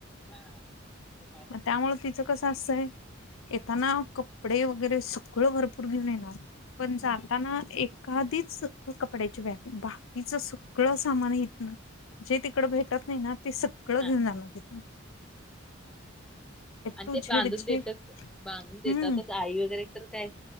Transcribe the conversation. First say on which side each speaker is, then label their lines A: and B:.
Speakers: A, in the centre; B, on the left.
A: हा. मुलाबद्दल.
B: आता <unintelligible> कसं असतंय. येताना कपडे वगैरे सगळं भरपूर घेऊन येणार. पण जाताना
A: हं,
B: एखादीच कपड्याची बॅग, बाकीच सगळं सामान हितन जे तिकडं
A: हं,
B: भेटत नाही ना ते सगळं
A: हा
B: घेऊन जाणार हितन.
A: आणि
B: टू
A: ते
B: झेड
A: बांधून
B: झेड
A: देतात. बांधून देतातच
B: हम्म
A: आई वगैरे तर काय